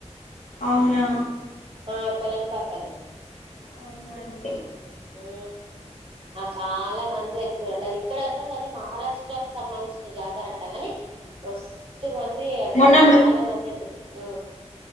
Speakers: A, on the left; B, on the right.
A: అవునా
B: ఆ కొలంపాకలు
A: అవునా అండి
B: ఉ ఆ చాలా మంది <unintelligible> ఇక్కడ అంటే అది మహారాష్ట్రకి సమ్మన్ జాతర అంటాగానీ వస్ తు మంది అసలు
A: మొన్న
B: చాలా మంది ఎత్తుకే ఊ